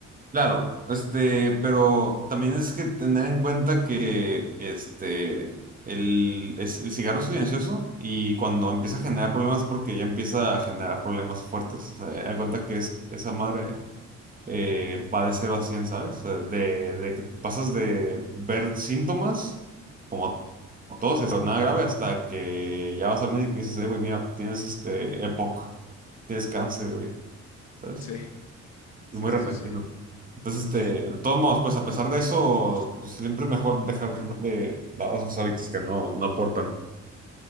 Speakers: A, on the right; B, on the left.
A: Claro, este, pero también es que tener en cuenta que este el, es- el cigarro es silencioso y cuando empieza a generar problemas porque ya empieza a generar problemas fuertes. O sea, da cuenta que es, esa madre eh, va de cero a cien ¿sabes? O sea, de, de que pasas de ver síntomas como todos, eso, nada grave, hasta que ya vas al médico y dices, eh, güey, mira, tienes este EPOC, tienes cáncer, güey, ¿sabes?
B: Sí, sí,
A: Es muy Sí.
B: eso
A: repentino.
B: sí.
A: Entonces, este, de todos modos, pues a pesar de eso, pues siempre es mejor dejar de lado esos hábitos que no, no aportan.